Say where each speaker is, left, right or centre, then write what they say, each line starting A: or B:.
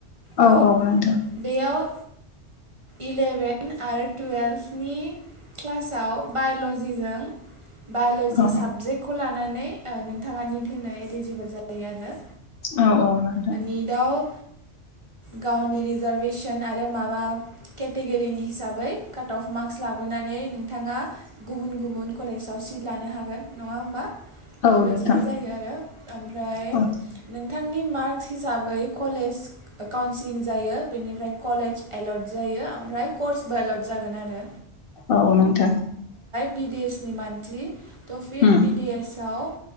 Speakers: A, on the left; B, on the right.
A: औ
B: त'
A: औ नोंथां
B: बेयाव
A: <inaudible>
B: इलेभेन आरो टुवेल्भनि क्लासाव बायल'जिजों बाय'ल'जि
A: औ
B: साबजेक्टखौ लानानै ओ नोंथाङा निट होनो एलिजिबोल जायो आरो।
A: औ औ नोंथां
B: निटयाव गावनि रिजार्भेसन आरो माबा केटेगरिनि हिसाबै काट अफ मार्कस लाबोनानै नोंथाङा गुबुन गुबुन कलेजाव सित लानो हागोन। नङा होमबा बेबायदिनो
A: औ नोंथां
B: जायो आरो ओमफ्राय
A: औ
B: नोंथांनि मार्क हिसाबै कलेज काउन्सिलिं जायो बेनिफ्राय कलेज एल'ट जायो ओमफ्राय कर्सबो एलउट जागोन आरो।
A: औ नोंथां।
B: बिदेएसनि मानसि थ' फिर
A: उम
B: बिदेसयाव